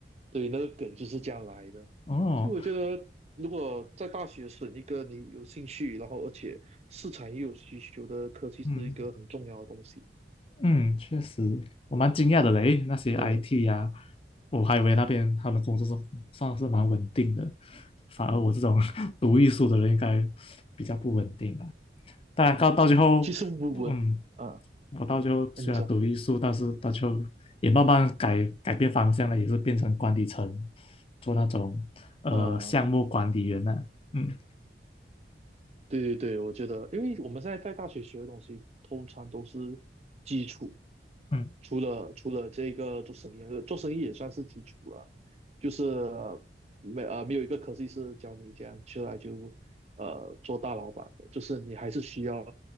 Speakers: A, on the right; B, on the left.
A: 对，那个梗就是这样来的。
B: 哦，
A: 所以我觉得，如果在大学选一个你有兴趣，然后而且市场也有需求的科技，是一个很重要的东西。
B: 嗯。嗯，确实，我蛮惊讶的嘞。那些
A: 对，
B: IT 呀、我还以为那边他们工作是算是蛮稳定的，反而我这种 <laughs> 读艺术的人应该比较不稳定吧，当然，到到最后，
A: 其实我文啊，
B: 嗯，我到最后虽然读艺术，
A: 那你说
B: 但是到最后也慢慢改改变方向了，也是变成管理层，做那种呃项目管理员了、
A: 啊，
B: 嗯
A: 对对对，我觉得，因为我们现在在大学学的东西，通常都是基础，
B: 嗯
A: 除了除了这个做生意，呃做生意也算是基础了，就是呃没呃没有一个科技是教你这样出来就呃做大老板的，就是你还是需要